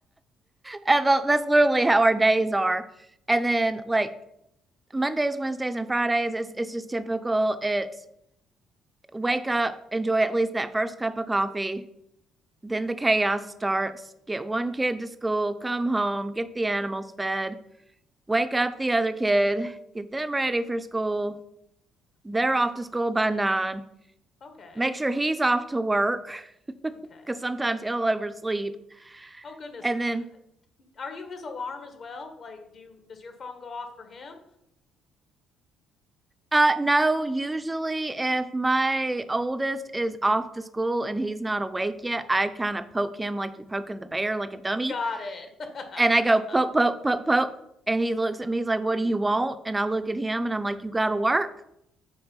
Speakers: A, on the right; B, on the left.
A: that's literally how our days are. And then like Mondays, Wednesdays, and Fridays, it's it's just typical. It's wake up, enjoy at least that first cup of coffee. Then the chaos starts. Get one kid to school, come home, get the animals fed, wake up the other kid, get them ready for school. They're off to school by nine.
B: <laughs> okay
A: Make sure he's off to work because
B: okay
A: <laughs> sometimes he'll oversleep.
B: oh goodness
A: And then,
B: are you his alarm as well like do you, does your phone go off for him
A: uh, no, usually if my oldest is off to school and he's not awake yet, I kind of poke him like you're poking the bear, like a dummy.
B: got it
A: And I go
B: <laughs>
A: poke, poke, poke, poke. And he looks at me, he's like, What do you want? And I look at him and I'm like, You got to work.